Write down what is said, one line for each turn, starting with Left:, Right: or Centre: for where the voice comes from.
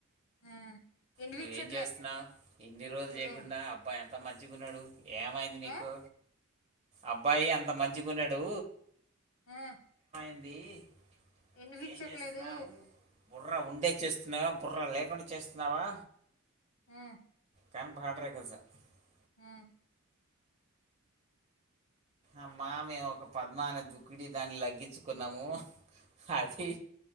Left: ఆ ఇనిపించట్లే.
Right: నువ్వ ఏం చేస్తున్నావు ఇన్ని రోజులు
Left: హలో!
Right: చేయకుండా అబ్బాయి ఎంత మంచికున్నాడు. ఏమైంది నీకు
Left: ఆ!
Right: అబ్బాయి అంత మంచిగా గున్నాడు.
Left: ఆ
Right: <inaudible>
Left: ఇనివిచ్చట్లేదు.
Right: నువ్వేం చేస్తున్నావు బుర్ర ఉండే చేస్తున్నావా బుర్రా లేకుండా చేస్తున్నావా.
Left: ఆ
Right: కానీ పాడ్రే కసా <unintelligible>
Left: ఆ
Right: అమ్మా మేము ఒక పద్మా అనే దుక్కుడి దాన్ని లగ్గించుకున్నాము. అది